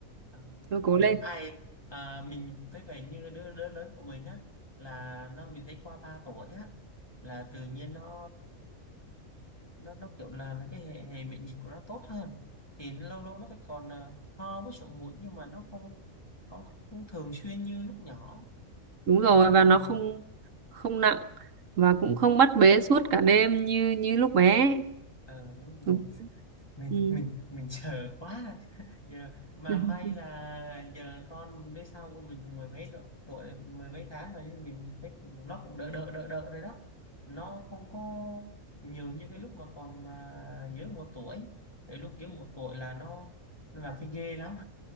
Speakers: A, on the left; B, on the right.
A: à, đúng
B: Thôi
A: rồi
B: cố lên.
A: đúng ai à, mình thấy vậy như đứa đứa lớn của mình á là nó mình thấy qua 3 tuổi á là tự nhiên nó nó nó kiểu là nó cái hệ, hệ miễn dịch của nó tốt hơn thì lâu lâu nó phải còn à, ho với sổ mũi nhưng mà nó không không, không thường xuyên như lúc nhỏ
B: đúng
A: còn
B: rồi
A: giờ
B: và
A: mình
B: nó không không nặng và
A: ừ,
B: cũng không bắt bế suốt cả đêm như như lúc bé
A: ờ, đúng
B: ừ.
A: rồi. mình
B: Ừ.
A: mình mình chờ quá <laughs> giờ mà
B: <laughs>
A: may là giờ con đứa sau của mình cũng mười mấy độ- tuổi rồi, mười mấy tháng rồi mình thấy cũng- nó cũng đỡ đỡ đỡ đỡ rồi đó nó không có nhiều như cái lúc mà còn à, dưới một tuổi cái lúc dưới một tuổi là nó nó làm thấy ghê lắm